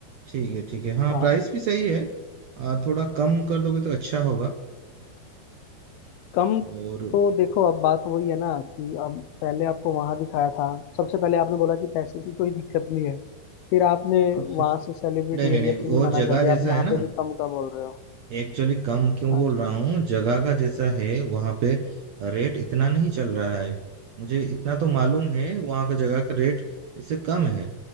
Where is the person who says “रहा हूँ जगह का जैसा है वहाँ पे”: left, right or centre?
Right